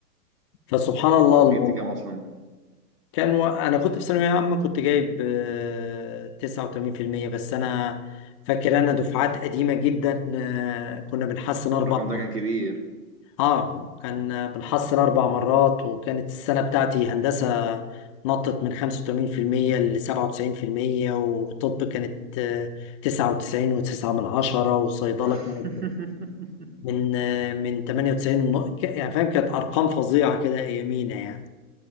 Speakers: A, on the left; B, on the right.
A: فسبحان الله
B: انت جبت
A: الموضوع
B: كام اصلا
A: كان و... انا كنت في ثانويه عامه كنت جايب آه، 89% بس انا فاكر انا دفعات قديمه جدا آه، كنا بنحسن اربع
B: الرقم ده كان كبير
A: اه كان بالحصل اربع مرات وكانت السنه بتاعتي هندسه نطت من 85% ل 97% وطب كانت آه، 99 و9 من عشرة وصيدله
B: <laughs>
A: كانت من آه، من 98 ونق... ك- يعني فاهم كانت ارقام فظيعه كده ايامينا يعني